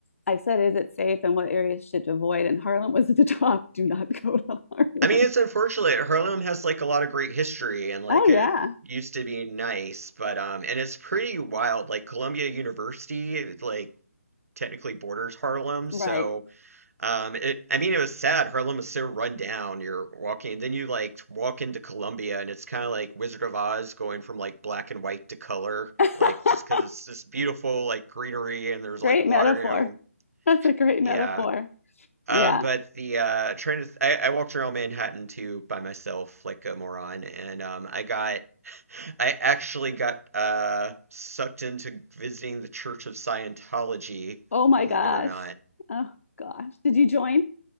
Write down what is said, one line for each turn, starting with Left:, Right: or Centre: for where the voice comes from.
Left: I said, is it safe and what areas should avoid? And Harlem was at the <laughs> top. Do not go to Harlem.
Right: I mean, it's unfortunate. Harlem has like a lot of great history and like
Left: Oh, yeah.
Right: it used to be nice, but um, and it's pretty wild. Like Columbia University, like technically borders Harlem,
Left: Right.
Right: so. Um, it, I mean, it was sad. Harlem was so run down. You're walking, then you like walk into Columbia, and it's kind of like Wizard of Oz going from like black and white to color,
Left: <laughs>
Right: like just because it's this beautiful like greenery and there's
Left: great
Right: like water,
Left: metaphor.
Right: you know.
Left: That's a great metaphor.
Right: Yeah. Um,
Left: Yeah.
Right: but the uh, trying to, th- I, I walked around Manhattan too by myself, like a moron, and um, I got, I actually got uh sucked into visiting the Church of Scientology,
Left: Oh, my
Right: believe
Left: gosh.
Right: it or not.
Left: Oh, gosh. Did you join?